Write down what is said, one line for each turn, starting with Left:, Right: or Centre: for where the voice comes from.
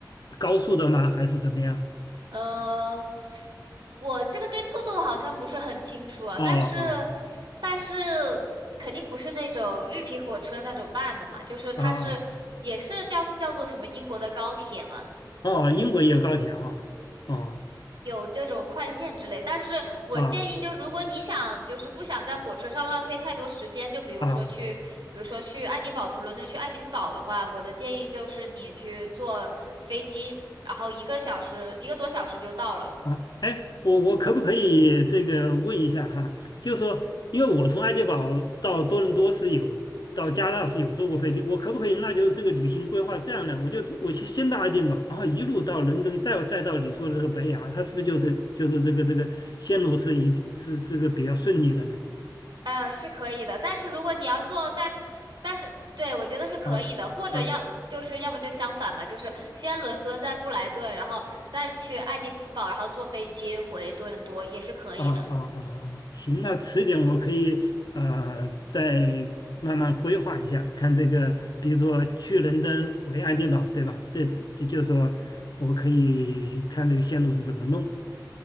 Left: 高速的吗？还是怎么样？
Right: 呃，我这个对速度好像不是很清楚啊，
Left: 哦哦
Right: 但是，但是肯定不是那种绿皮火车那种慢的嘛，就是它是也是叫叫做什么英国的高铁嘛，
Left: 哦哦，英国也有高铁哈。哦
Right: 有这种快线之类。但是我建议，
Left: 哦
Right: 就如果你想就是不想在火车上浪费太多时间，就比如说去，
Left: 哦。
Right: 比如说去爱丁堡，从伦敦去爱丁堡的话，我的建议就是你去坐飞机，然后一个小时一个多小时就到了。
Left: 啊，哎，我我可不可以这个问一下哈？就是说，因为我从爱丁堡到多伦多是有，到加拿大是有坐过飞机，我可不可以？那就是这个旅行规划这样的，我就我先先到爱丁堡，然后一路到伦敦，再再到你说的这个北雅，它是不是就是就是这个这个线路是一定是这个比较顺利的呢？
Right: 呃，是可以的，但是如果你要做在此，但是对我觉得是可以的，
Left: 啊啊
Right: 或者要就是要么就相反吧，就是先伦敦，再布莱顿，然后再去爱丁堡，然后坐飞机回多伦多也是可以的。
Left: 啊啊啊！行，那迟一点我可以呃再慢慢规划一下，看这个，比如说去伦敦回爱丁堡，对吧？这这就是说我可以看这个线路是怎么弄